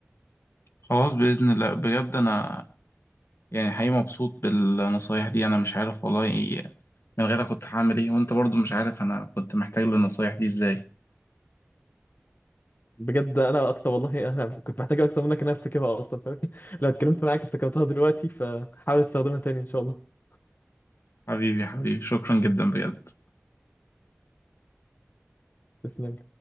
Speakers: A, on the left (about 70°); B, on the left (about 50°).
A: خلاص بإذن الله بجد أنا يعني حقيقي مبسوط بالنصايح دي أنا مش عارف والله إيه- من غيرك كنت هعمل إيه وأنت برضو مش عارف أنا كنت محتاج للنصايح دي إزاي
B: بجد انا اكتر والله انا كنت محتاج اكتر منك ان انا افتكرها اصلا فاهم <laughs> لو اتكلمت معاك افتكرتها دلوقتي فحاول استخدمها تاني ان شاء الله
A: حبيبي حبيبي شكرا جدا بجد
B: تسلم